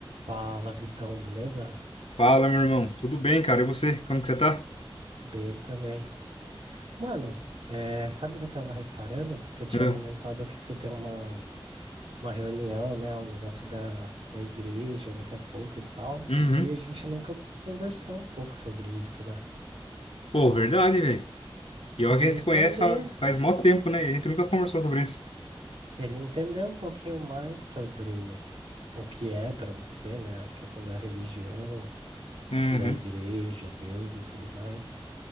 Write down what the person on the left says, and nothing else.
Fala, meu irmão. Tudo bem, cara? E você? Como que você tá?
É.
Uhum.
Pô, verdade, velho. E
olha que a gente
se conhece fa- faz mó tempo, né? E A gente nunca conversou sobre isso.
Uhum.